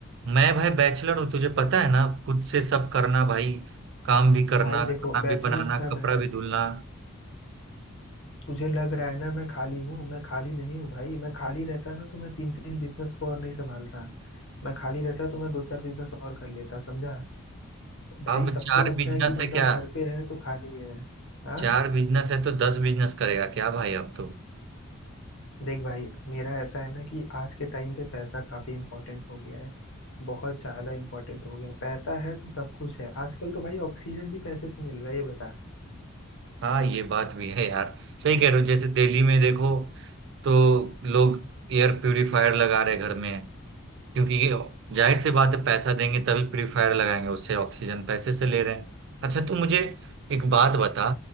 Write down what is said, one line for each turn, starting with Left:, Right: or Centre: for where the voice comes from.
Right: मैं भाई बैचलर हूँ तुझे पता है ना खुद से सब करना भाई काम भी करना
Left: भाई देखो
Right: खाना
Left: बैचलर
Right: भी बनाना
Left: सब
Right: कपड़ा
Left: है
Right: भी धुलना
Left: तुझे लग रहा है ना मैं खाली हूँ मैं खाली नहीं हूँ भाई मैं खाली रहता ना तो मैं तीन तीन बिजनेस को और नहीं संभालता मैं खाली रहता तो मैं दो चार बिजनेस और कर लेता समझा भाई
Right: अब
Left: सबको
Right: चार
Left: लगता
Right: बिजनेस
Left: है कि
Right: है
Left: बंदा
Right: क्या
Left: घर पे है तो खाली है हाँ
Right: चार बिजनेस है तो दस बिजनेस करेगा क्या भाई अब तो
Left: देख भाई मेरा ऐसा है ना कि आज के टाइम पे पैसा काफी इंपॉर्टेंट हो गया है बहुत ज्यादा इंपॉर्टेंट हो गया है। पैसा है तो सब कुछ है आजकल तो भाई ऑक्सीजन भी पैसे से मिल रहा है ये बता
Right: हाँ ये बात भी है यार सही कह रहे हो जैसे दिल्ली में देखो तो लोग एयर प्यूरिफायर लगा रहे घर में क्योंकि ये जाहिर सी बात है पैसा देंगे तभी प्यूरिफायर लगाएंगे उससे ऑक्सीजन पैसे से ले रहे हैं अच्छा तू मुझे एक बात बता